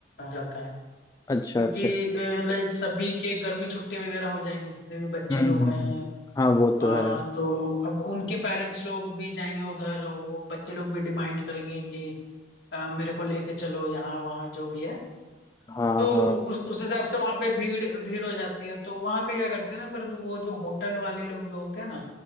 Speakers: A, on the left; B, on the left.
A: जाता है
B: अच्छा
A: क्योंकि
B: अच्छा
A: लाइक सभी के गर्मी छुट्टी वगैरह हो जाएंगे जितने भी बच्चे
B: हम्म
A: लोग
B: हम्म,
A: हैं
B: हाँ वो
A: आ,
B: तो है
A: तो अब उनके पेरेंट्स लोग भी जाएंगे उधर वो बच्चे लोग भी डिमांड करेंगे कि आ, मेरे को लेके चलो यहाँ वहाँ जो भी है
B: हाँ
A: तो
B: हाँ
A: उ- उस उस हिसाब से वहां पे भीड़ भीड़ हो जाती है तो वहां पे क्या करते हैं ना फिर वो जो होटल वाले लोग जो होते हैं ना